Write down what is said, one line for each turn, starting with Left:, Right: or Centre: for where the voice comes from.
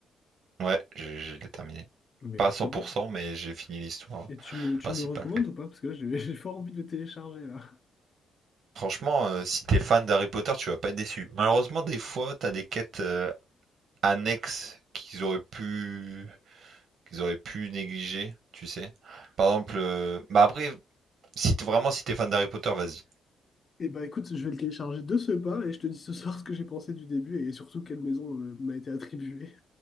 Right: Ouais, j'ai- je l'ai terminé.
Left: Mais
Right: Pas
Left: trop
Right: à 100%,
Left: bien.
Right: mais j'ai fini l'histoire
Left: Et tu me, tu
Right: principale.
Left: me le recommandes ou pas? Parce que là, j'ai <laughs> j'ai fort envie de le télécharger là.
Right: Franchement, euh, si t'es fan d'Harry Potter, tu vas pas être déçu. Malheureusement, des fois, t'as des quêtes euh, annexes qu'ils auraient pu, qu'ils auraient pu négliger, tu sais. Par exemple, euh, bah après, si t- vraiment si t'es fan d'Harry Potter, vas-y.
Left: Eh bah écoute, je vais le télécharger de ce pas et je te dis ce soir ce que j'ai pensé du début et surtout quelle maison euh, m'a été attribuée.